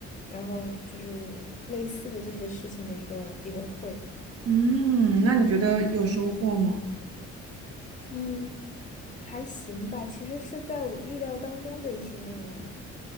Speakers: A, on the left; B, on the right.
A: 然后就是类似的这些事情的一个一个会。
B: 嗯，那你觉得有收获吗？
A: 嗯，还行吧，其实是在我预料当中的一些内容。